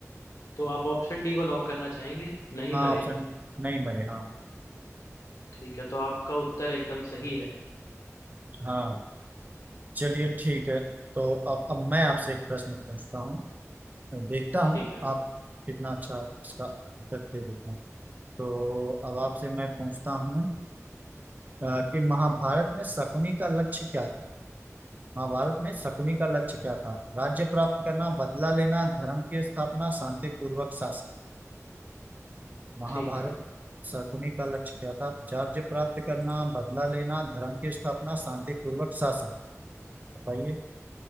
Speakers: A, on the left; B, on the right.
A: तो आप ऑप्शन डी को लॉक करना चाहेंगे नहीं
B: हाँ
A: मरे
B: ऑप्शन नहीं मरे हाँ
A: ठीक है तो आपका उत्तर एकदम सही है
B: हाँ चलिए ठीक है तो अब अब मैं आपसे एक प्रश्न पूछता हूँ मैं देखता हूँ
A: ठीक है
B: आप कितना अच्छा इसका उत्तर दे देते हैं तो अब आपसे मैं पूछता हूँ अ, कि महाभारत में शकुनी का लक्ष्य क्या था महाभारत में शकुनी का लक्ष्य क्या था राज्य प्राप्त करना बदला लेना धर्म की स्थापना शांतिपूर्वक शासन महाभारत
A: ठीक है
B: शकुनी का लक्ष्य क्या था राज्य प्राप्त करना बदला लेना धर्म की स्थापना शांतिपूर्वक शासन बताइए